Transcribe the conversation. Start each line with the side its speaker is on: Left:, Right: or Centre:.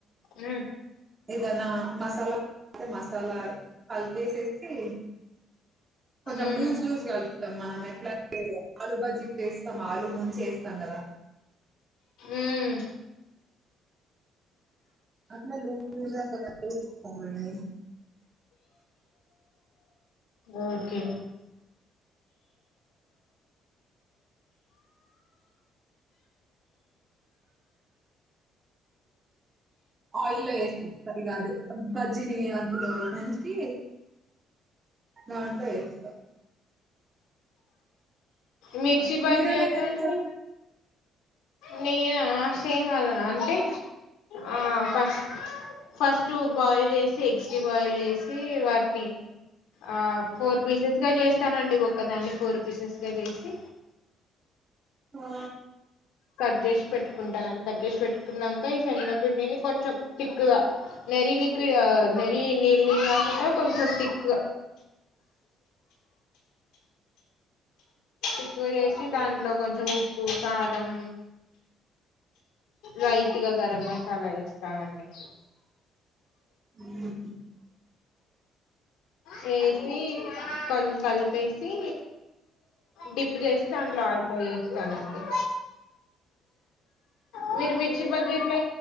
Left: ఉమ్
Right: ఏదనా మసాలా అ మసాలా కలిపేసేసి కొంచెం
Left: ఉమ్
Right: లూజ్ లూజ్ కలుపుతాం మనం ఎట్లా ఆలు బజ్జీ చేస్తాం ఆలుూ ముంచి వేస్తాం కదా
Left: ఉమ్
Right: అట్లే లూజ్ లూజ్ గ కలిపేస్తామండి
Left: ఓకే
Right: ఆయిల్లో వేసేస్తా కాదు బజ్జిని అందులో ముంచి దాంట్లో వేస్తారు
Left: మిర్చి బజ్జి
Right: మీరు ఎలా
Left: అయితె
Right: చేస్తారు
Left: అండి నేనా సేమ్ అల అంటే ఆ ఫస్ట్ ఫస్ట్ బాయిల్ చేసి ఎగ్స్ని బాయిల్ చేసి వాటిని ఆ ఫోర్ పీసెస్గా చేస్తానండి ఒక్కదాన్ని ఫోర్ పీసెస్గా చేసి
Right: ఆ
Left: కట్ చేసి పెట్టుకుంటానుని కట్ చేసి పెట్టుకున్నాక ఈ శన్నపిండిని కొంచెం తిక్కుగా నెరి లిక్కువిడ్ మరిీ నీళ్ళ నీళ్ళు రాకుండా కొంచెం తిక్కుగా ఎక్కువ చేసి దాంట్లో కొంచెం ఉప్పు కారం లైట్గా గరం మసాలా ఏస్తానండి
Right: ఉండ్డిది
Left: వేసి కొ కలిపేసి డిప్ చేసి దాంట్లో ఆయిలో యే స్థానండి మీరు మిర్చి బజ్జి ఎట్లా